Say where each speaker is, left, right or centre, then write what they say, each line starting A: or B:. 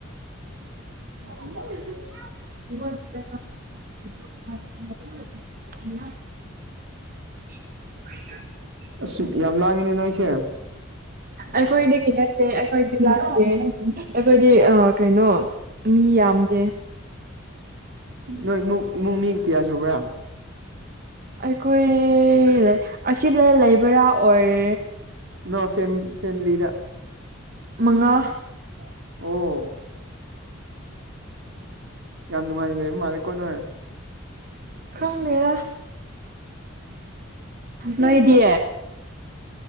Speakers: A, on the right (about 60°); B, on the right (about 45°).
A: <inaudible>
B: <inaudible> <inaudible>
A: ꯑꯁ ꯌꯥꯝ ꯂꯥꯡꯏꯅꯦ ꯅꯣꯏꯁꯦ
B: ꯑꯩꯈꯣꯏꯗꯒꯤ ꯅꯠꯇꯦ ꯑꯩꯈꯣꯏꯗꯤ ꯂꯥꯡꯗꯦ ꯑꯩꯈꯣꯏꯗꯤ ꯑ ꯀꯩꯅꯣ ꯃꯤ ꯌꯥꯝꯗꯦ
A: ꯅꯣꯏ ꯅꯨ ꯏꯃꯨꯡ ꯃꯤ ꯀꯤꯌꯥ ꯁꯨꯕ꯭ꯔꯥ
B: ꯑꯩꯈꯣꯏ ꯂꯦ ꯑꯁꯤꯗ ꯂꯩꯕ꯭ꯔꯥ ꯑꯣꯔ
A: ꯅꯣ ꯐꯦꯝ ꯐꯦꯃꯤꯂꯤꯗ
B: ꯃꯉꯥ
A: ꯑꯣ ꯌꯥꯝ ꯅꯨꯡꯉꯥꯏꯅ ꯂꯩꯕ ꯃꯥꯜꯂꯦꯀꯣ ꯅꯣꯢ
B: ꯈꯪꯗꯦꯗ ꯅꯣꯏ ꯗꯤ